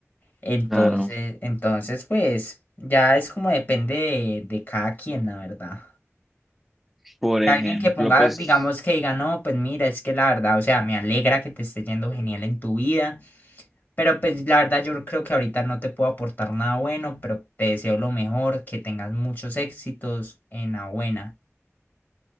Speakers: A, on the left; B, in the centre.
A: Entonces,
B: Claro.
A: entonces, pues, ya es como depende de, de cada quien, la verdad.
B: Por
A: Y
B: ejemplo,
A: alguien que ponga,
B: pues
A: digamos, que diga, no, pues mira, es que la verdad, o sea, me alegra que te esté yendo genial en tu vida, pero pues la verdad yo creo que ahorita no te puedo aportar nada bueno, pero te deseo lo mejor, que tengas muchos éxitos en la buena.